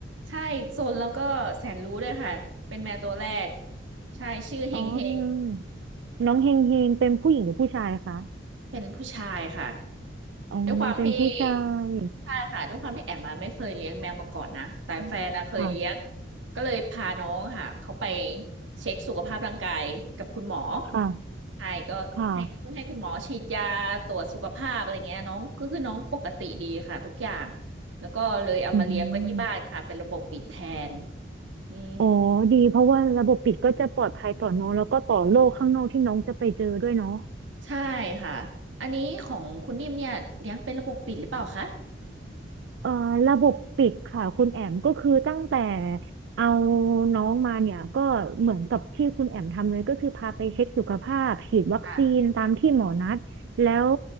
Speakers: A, on the right; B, on the right.
A: ใช่โซนแล้วก็แสนรู้ด้วยค่ะเป็นแมวตัวแรกใช่ชื่อเฮงเฮง
B: อ๋อน้องเฮงเฮงเป็นผู้หญิงหรือผู้ชายคะ
A: เป็นผู้ชายค่ะ
B: อ๋อเป็นผู้ชาย
A: ด้วยความที่ใช่ค่ะด้วยความที่แอมมาไม่เคยเลี้ยงแมวมาก่อนนะแต่แฟนนะเคยเลี้ยง
B: อืมค่ะ
A: ก็เลยพาน้องค่ะเขาไปเช็คสุขภาพร่างกายกับคุณหมอ
B: ค่ะ
A: ใช่ก็ให้ให้คุณหมอฉีดยาตรวจสุขภาพอะไรเงี้ยน้องก็คือน้องปกติดีค่ะทุกอย่าง
B: ค่ะ
A: แล้วก็เลยเอามาเลี้ยงไว้ที่บ้านค่ะเป็นระบบปิดแทน
B: อืม
A: อืม
B: อ๋อดีเพราะว่าระบบปิดก็จะปลอดภัยต่อน้องแล้วก็ต่อโลกข้างนอกที่น้องจะไปเจอด้วยเนาะ
A: ใช่ค่ะอันนี้ของคุณนิ่มเนี่ยเลี้ยงเป็นระบบปิดหรือเปล่าคะ
B: เอ่อระบบปิดค่ะคุณแอมก็คือตั้งแต่เอาน้องมาเนี่ยก็เหมือนกับที่คุณแอมทำเลยก็คือพาไปเช็คสุขภาพฉีดวัคซีนตามที่หมอนัดแล้ว
A: ค่ะ